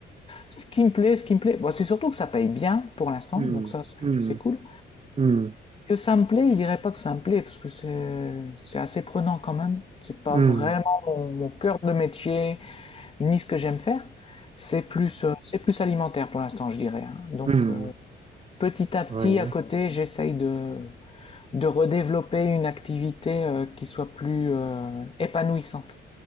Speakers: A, on the left; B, on the right.
A: ce qui me plaît, ce qui me plaît. Bon, c'est surtout que ça paye bien pour l'instant,
B: Hmm,
A: donc ça,
B: hmm,
A: c'est- cool.
B: hmm,
A: Que ça me plaît, je dirais pas que ça me plaît parce que c'est c'est assez prenant quand même. C'est pas
B: hmm,
A: vraiment mon, mon cœur de métier ni ce que j'aime faire. C'est plus euh, c'est plus alimentaire pour l'instant, je dirais. hein. Donc
B: hmm,
A: euh,
B: hmm.
A: petit à petit,
B: Ouais.
A: à côté, j'essaye de de redévelopper une activité euh, qui soit plus euh, épanouissante.